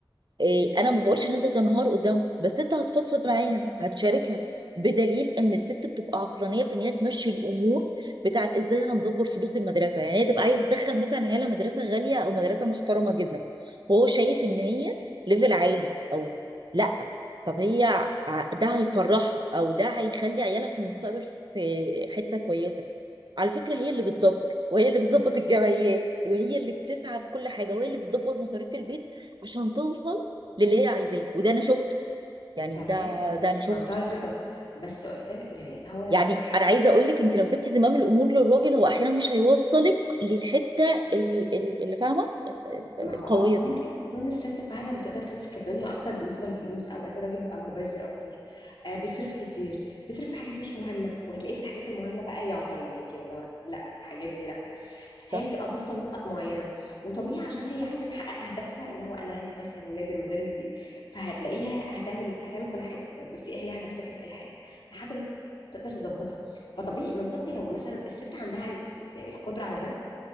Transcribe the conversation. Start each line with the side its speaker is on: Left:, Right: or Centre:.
Right: إيه، انا ما بقولش ان انت تنهار قدامها بس انت هتفضفض معاها هتشاركها بدليل ان الست بتبقى عقلانيه في ان هي تمشي الامور بتاعت ازاي هندبر فلوس المدرسه يعني هي تبقى عايزه تدخل مثلا عيالها مدرسه غاليه او مدرسه محترمه جدا وهو شايف ان هي ليفل عالي او لا طب هي ع- ده هيفرحها او ده هيخلي عيالها في المستقبل في حته كويسه على فكرة هي اللي بتدبر وهي اللي بتظبط الجمعيات وهي اللي بتسعى في كل حاجة وهي اللي بتدبر مصاريف البيت عشان توصل للي هي عايزاه وده انا شفته يعني
Left: تمام
Right: ده
Left: انا
Right: ده
Left: مش
Right: انا شفته
Left: معترضه بس قلت لك يعني هو
Right: يعني
Left: حسب
Right: انا عايزه اقول لك انت لو سبتي زمام الامور للراجل هو احيانا مش هيوصلك للحته ال- ال- اللي فاهمه
Left: ما هو
Right: القويه
Left: اه ممكن
Right: دي
Left: تكون الست فعلا بتقدر تمسك الدنيا اكتر بالنسبه للفلوس اوقات الراجل بيبقى مبذر اكتر آه بيصرف كتير بيصرف في حاجات مش مهمه وهتلاقيه في الحاجات المهمه بقى يعطل معاكي ولا لا الحاجات دي لا
Right: صح
Left: هي تبقى باصه لنقط معينه وطبيعي عشان هي عايزه تحقق هدفها اللي هو انا عايز ادخل ولادي المدارس دي فهتلاقيها هتعمل هتعمل كل حاجه بصي هي هتفتكس اي حاجه لحد ما تقدر تظبطها فطبيعي منطقي لو مثلا الست عندها ال- يعني القدره على ده